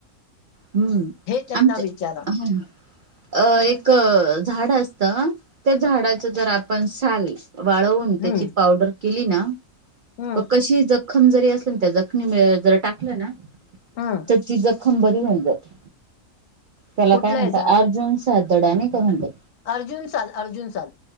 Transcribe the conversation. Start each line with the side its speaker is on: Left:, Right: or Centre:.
Right: हम्म,
Left: त्यांना
Right: आमचं
Left: विचारा
Right: हम्म अह, एक झाड असतं, त्या झाडाच जर आपण साल वाळवून, त्याची
Left: हम्म
Right: पावडर केली ना
Left: हम्म
Right: का कशी जखम जरी असली ना, त्या जखमीवर जरी टाकली ना
Left: हम्म.
Right: तर ती जखम बरी होऊन जाते, त्याला
Left: कुठलंय
Right: काय म्हणत
Left: झाड
Right: अर्जुन सार्थाडा नाही का म्हणतात
Left: अर्जुन साल, अर्जुन साल